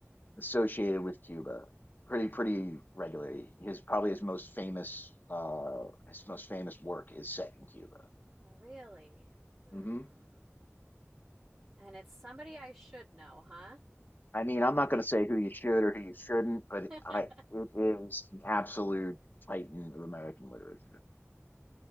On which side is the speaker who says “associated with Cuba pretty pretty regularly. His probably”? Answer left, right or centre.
Left